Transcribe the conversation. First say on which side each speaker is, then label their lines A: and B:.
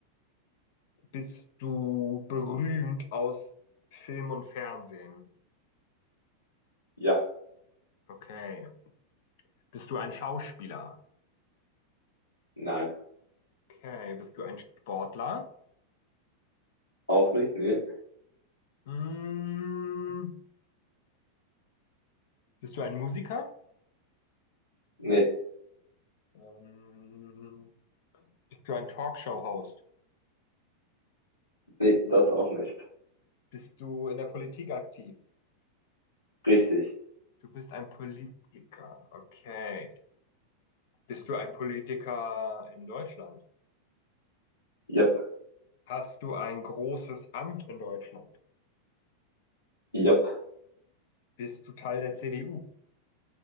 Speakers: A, on the left; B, on the left.
A: Bist du berühmt aus Film und Fernsehen?
B: ja.
A: Okay. Bist du ein Schauspieler?
B: Nein.
A: Okay. Bist du ein Sportler?
B: Auch nicht? Nee.
A: Mm, bist du ein Musiker?
B: Nee,
A: Ähm, bist du ein Talkshow-Host?
B: nee, das auch nicht.
A: Bist du in der Politik aktiv?
B: Richtig.
A: Du bist ein Politiker. Okay. Bist du ein Politiker in Deutschland?
B: Jap,
A: Hast du ein großes Amt in Deutschland?
B: jap.
A: Bist du Teil der CDU?